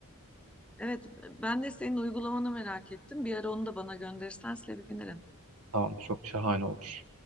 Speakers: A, in the centre; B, on the right.
A: Evet, ben de senin uygulamanı merak ettim. Bir ara onu da bana gönderirsen sevinirim.
B: Tamamdır çok şahane olur.